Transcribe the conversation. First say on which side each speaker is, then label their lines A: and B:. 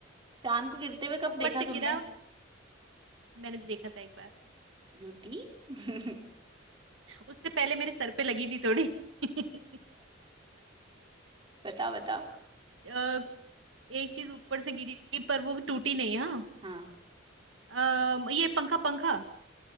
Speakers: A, on the right; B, on the right.
A: चांद को गिरते हुए कब
B: ऊपर
A: देखा
B: से
A: तुमने
B: गिरा मैंने देखा था एक बार
A: झूठी <laughs>
B: <laughs> उससे पहले मेरे सर पे लगी थी थोड़ी <laughs>
A: बताओ बताओ
B: अ, एक चीज ऊपर से गिरी पर वो टूटी नहीं हाँ
A: हाँ
B: अ, ये पंखा पंखा